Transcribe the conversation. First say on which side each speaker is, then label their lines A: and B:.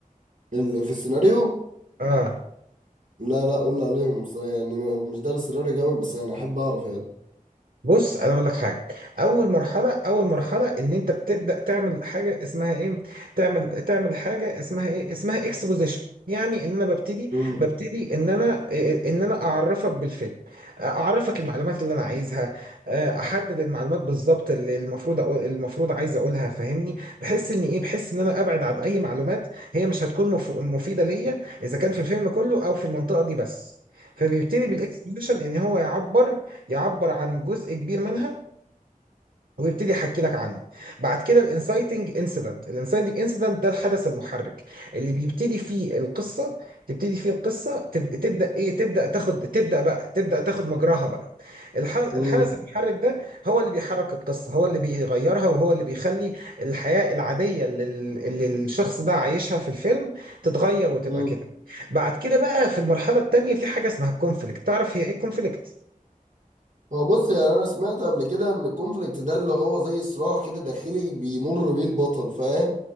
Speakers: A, on the right; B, on the right.
A: ال- في السيناريو
B: اه
A: لا لا قول لي عليهم بس يعني مش دارس السيناريو جامد بس يعني احب اعرف يعني
B: بص انا اقول لك حاجه اول مرحله اول مرحله ان انت بتبدا تعمل حاجه اسمها ايه تعمل تعمل حاجه اسمها ايه اسمها اكسبوزيشن يعني ان انا ببتدي
A: مم.
B: ببتدي ان انا إيه، ان انا اعرفك بالفيلم اعرفك المعلومات اللي انا عايزها آه، احدد المعلومات بالظبط اللي المفروض أقول المفروض عايز اقولها فاهمني بحس ان ايه بحس ان انا ابعد عن اي معلومات هي مش هتكون مف- مفيده ليا اذا كان في الفيلم كله او في المنطقه دي بس فبيبتدي بالاكسبوزيشن ان هو يعبر يعبر عن جزء كبير منها ويبتدي يحكي لك عنه بعد كده الانسايتنج انسيدنت الانسايتنج انسيدنت ده الحدث المحرك اللي بيبتدي فيه القصه تبتدي فيه القصه تب- تبدا ايه تبدا تاخد تبدا بقى تبدا تاخد مجراها بقى الح- الحدث
A: مم.
B: المحرك ده هو اللي بيحرك القصه هو اللي بيغيرها وهو اللي بيخلي الحياه العاديه اللي اللي الشخص ده عايشها في الفيلم تتغير وتبقى
A: مم.
B: كده بعد كده بقى في المرحله التانيه في حاجه اسمها الكونفليكت تعرف هي ايه الكونفليكت
A: هو بص يعني انا سمعت قبل كده ان الكونفليكت ده اللي هو زي صراع كده داخلي بيمر بيه البطل فاهم